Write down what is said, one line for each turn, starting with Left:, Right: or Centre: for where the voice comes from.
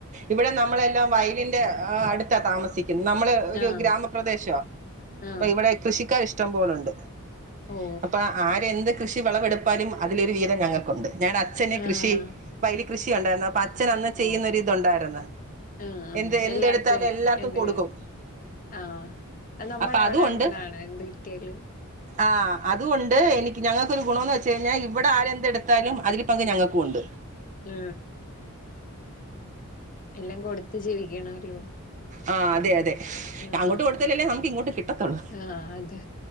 Right: ഇവ നമ്മളെല്ലാം വയലിന്റെ അടുത്താ താമസി നമ്മള് ഒരു
Left: ആഹ്
Right: ഗ്രാമപ്രദേശമ
Left: ആഹ്
Right: അപ്പ ഇവിടെ കൃഷിക്കാർ ഇഷ്ടം പോലുണ്ട് <unintelligible>
Left: ഓ
Right: അപ്പൊ ആര് എന്തൊക്കെ ഷി വെളവെടുപ്പാലും അതിലൊരു വീതം ഞങ്ങൾക്കുണ്ട് ഞങ്ങടെ അച്ഛന്
Left: ആഹ്
Right: കൃഷി വയൽ കൃഷി ഉണ്ടായിരുന്നു അപ്പ അ അച്ഛൻ അന്ന് ചെയ്യുന്നൊരിതു
Left: ഓ
Right: ണ്ടായിരുന്നു
Left: ആഹ് ആഹ്
Right: എന്ത് എന്തെടുത്താലും
Left: എല്ലാർക്കും
Right: എല്ലാർക്കും
Left: എന്ത്
Right: കൊടുക്കും
Left: ആഹ് അത് നമ്മടെ
Right: അപ്പ
Left: അവിടെ
Right: അതു ഒണ്ട്
Left: അങ്ങനാണ് എന്ത് കിട്ടിയാലും
Right: ആ അതു ഒണ്ട് എനി ഞങ്ങ ഒരു ഗുണംന്ന് വെച്ച് കഴിഞ്ഞാൽ ഇവടെ ആര് എന്തെടുത്താലും അതില് പങ്ക് ഞങ്ങക്കും ഉണ്ട്
Left: ആ എല്ലാം കൊടുത്ത് ജീവിക്കണല്ലോ
Right: ആ അതെ അതെ
Left: ആഹ്
Right: അങ്ങോട്ട് കൊടുത്താല്ലല്ലേ നമുക്ക് ഇങ്ങോട്ട് കിട്ടത്തുള്ളൂ
Left: ആഹ് ആഹ് അതെ